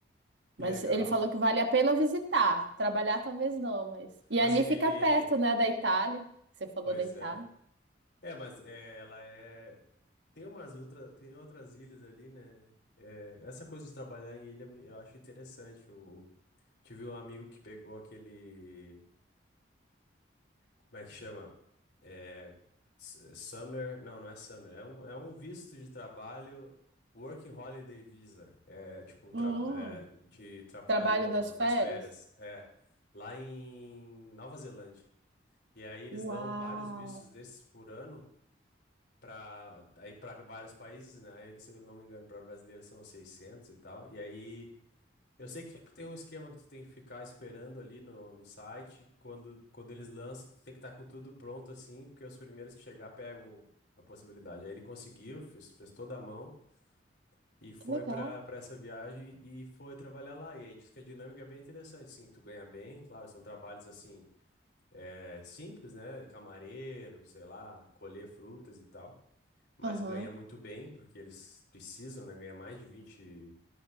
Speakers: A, on the left; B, on the right.
A: que
B: Mas
A: legal.
B: ele falou que vale a pena visitar. Trabalhar talvez não, mas. E
A: Mas
B: ali
A: e-
B: fica
A: ele,
B: perto, né, da Itália. Você falou
A: pois
B: da Itália.
A: é. É, mas é, ela é. Tem umas outras tem outras ilhas ali, né? É, essa coisa de trabalhar em ilha me- eu acho interessante. Eu tive um amigo que pegou aquele. Como é que chama? É, s- summer. Não, não é Summer. É um, é um visto de trabalho. Working Holiday Visa. É tipo
B: Hum,
A: tra- é, de trabalho
B: trabalho
A: no-
B: nas férias?
A: nas férias. É lá em Nova Zelândia. E aí eles
B: Uau,
A: dão vários vistos desses por ano. para aí para vários países, né? Aí, não sei, não me engano, para brasileiro são 600 e tal. E aí eu sei que tipo tem um esquema que tu tem que ficar esperando ali no, no site, quando quando eles lançam, tu tem que estar com tudo pronto assim, porque os primeiros que chegar pegam a possibilidade. Aí ele conseguiu, fez, fez toda a mão e foi
B: que legal.
A: para para essa viagem e foi trabalhar lá. E aí diz que a dinâmica é bem interessante, sim, tu ganha bem, claro, são trabalhos assim, é, simples, né? Camareiro, sei lá, colher frutas e tal mas
B: Aham.
A: ganha muito bem, porque eles precisam, né, ganhar mais de 20